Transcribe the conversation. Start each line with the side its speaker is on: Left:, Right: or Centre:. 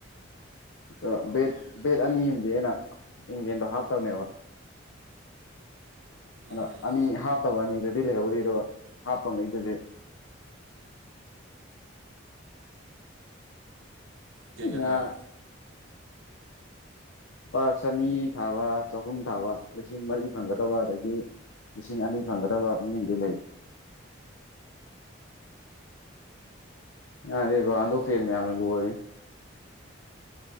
Left: ꯑ ꯕꯦꯠ ꯑꯅꯤ ꯑꯃꯗꯤ ꯑꯩꯅ ꯏꯪꯂꯦꯟꯗ ꯍꯥꯞꯇꯕꯅꯦꯕ
Right: ꯎꯝ
Left: ꯑꯗꯥ ꯑꯅꯤ ꯍꯥꯞꯇꯕ ꯑꯅꯤꯗꯨꯗꯤ ꯂꯩꯍꯧꯔꯤ ꯑꯗꯨꯒ ꯍꯥꯞꯄ ꯉꯩꯗꯨꯗꯤ
Right: ꯀꯌꯥ ꯀꯌꯥ
Left: ꯉꯔꯥꯡ
Right: ꯊꯥꯏꯕ
Left: ꯂꯨꯄꯥ ꯆꯅꯤ ꯊꯥꯕ ꯆꯍꯨꯝ ꯊꯥꯕ ꯂꯤꯁꯤꯡ ꯃꯔꯤ ꯐꯪꯒꯗꯕ ꯑꯗꯒꯤ ꯂꯤꯁꯤꯡ ꯑꯅꯤ ꯐꯪꯒꯗꯕ ꯑꯅꯤꯗꯤ ꯂꯩ ꯉꯔꯥꯡꯗꯤ ꯔꯣꯅꯥꯜꯗꯣ ꯐꯦꯟ ꯃꯌꯥꯝꯅ ꯂꯣꯏꯔꯦ